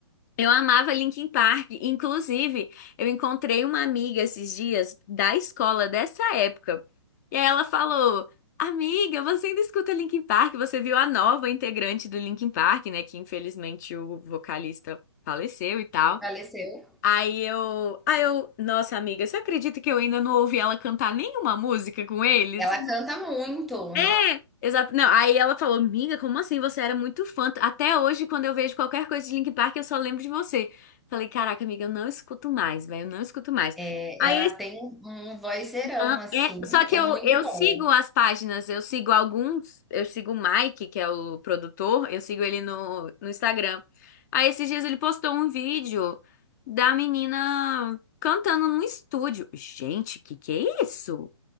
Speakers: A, on the left; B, in the centre.
A: Eu amava Linkin Park. Inclusive, eu encontrei uma amiga esses dias da escola dessa época. E aí ela falou: Amiga, você ainda escuta Linkin Park? Você viu a nova integrante do Linkin Park, né? Que infelizmente o vocalista faleceu e tal.
B: Faleceu.
A: Aí eu, aí eu, nossa amiga, você acredita que eu ainda não ouvi ela cantar nenhuma música com eles?
B: Ela canta muito,
A: É,
B: no
A: exato. Não, aí ela falou, amiga, como assim? Você era muito fã. Até hoje, quando eu vejo qualquer coisa de Linkin Park, eu só lembro de você. Falei, caraca, amiga, eu não escuto mais, velho, eu não escuto mais.
B: eh,
A: Aí,
B: ela
A: esse
B: tem um um vozeirão,
A: an-
B: assim,
A: é, só que
B: é
A: eu,
B: muito
A: eu
B: boa.
A: sigo as páginas, eu sigo alguns, eu sigo o Mike, que é o produtor, eu sigo ele no, no Instagram. Aí, esses dias ele postou um vídeo da menina cantando num estúdio. Gente, que que é isso?